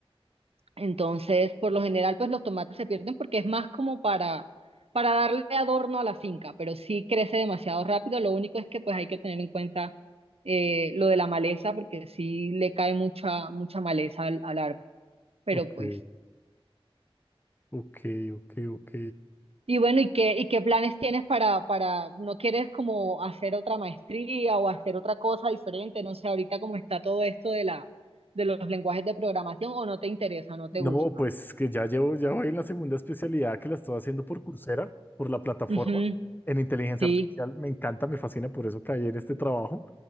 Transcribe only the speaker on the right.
Entonces, por lo general, pues los tomates se pierden porque es más como para, para darle adorno a la finca, pero sí crece demasiado rápido. Lo único es que pues hay que tener en cuenta eh, lo de la maleza porque sí le cae mucha, mucha maleza al al árbol pero
pues
Y bueno, ¿y qué, y qué planes tienes para, para, no quieres como hacer otra maestría o hacer otra cosa diferente? No sé, ahorita cómo está todo esto de la, de los lenguajes de programación o no te interesa, no
te gusta.
Ujú,
sí.